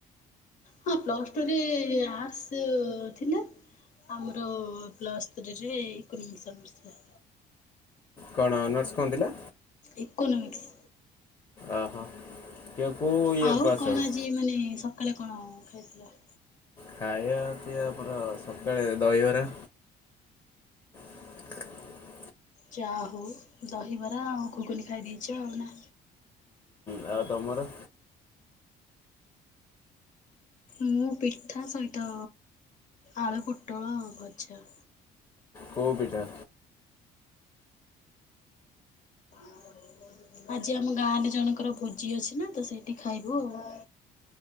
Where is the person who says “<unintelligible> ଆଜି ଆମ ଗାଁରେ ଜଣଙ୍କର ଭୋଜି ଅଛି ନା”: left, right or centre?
Left